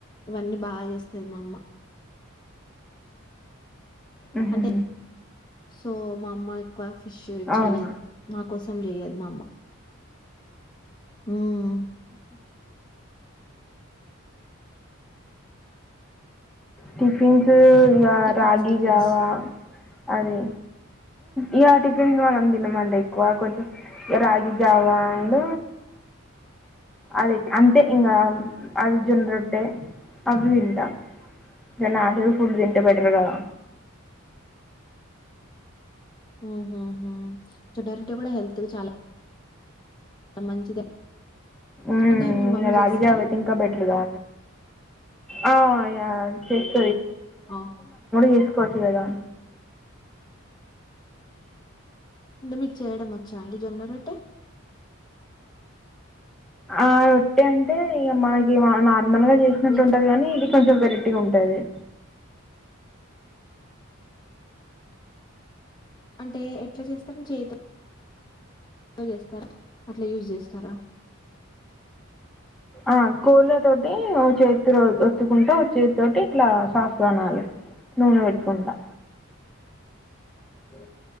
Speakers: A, on the left; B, in the centre.
A: ఇవన్నీ బాగా చేస్త స్తది మమ్మ
B: హుహుమ్
A: అంటే సో మా అమ్మాయ్ బా ఫిష్
B: అవునా
A: చెయ్యదు మా కోసం జెయ్యాలి మా అమ్మ ఉమ్
B: టిఫిన్సు రా
A: టిఫిన్స్
B: రాగి
A: టిఫిన్స్.
B: జావా అది ఇగ టిఫిన్స్ మనం తినమండి ఎక్కువ కొంచం రాగి జావా అడ్ అది అంతే ఇంకా అది జొన్న రొట్టె అవి తింటాం నాచురల్ ఫుడ్ తింటే బెటర్ కదా
A: హ్ హ్ హ్ జొన్నారోట్టే గుడా హెల్త్ చాలా మంచిదే
B: ఉ
A: అంటే మీ
B: ఇంకా
A: మమ్మీ
B: రాగి
A: జేస్తదా?
B: జావా అయితే ఇంకా బెటర్గా ఆ యా చెస్
A: అవును.
B: <unintelligible> కొట్ లేదా
A: మిమీక్ చేయడం వచ్చా అండి జొన్నరొట్టె
B: ఆ రొట్ట అంటే మనకి నిమ్మళంగా చేసినట్టుంటది
A: మీకు
B: గనీ ఇది కొంచం వేరేటిగుంటది.
A: అంటే ఎట్లా చేస్తారు చేయితో చేస్తారా అట్ల యూజ్ చేస్తారా
B: ఆ కోళ్ళ తోటి ఓ చేతి ఒత్తుకుంటా చేతితోటి ఇట్లా సాఫ్గా అనాలీ నూనె పెట్టుకుంటా అ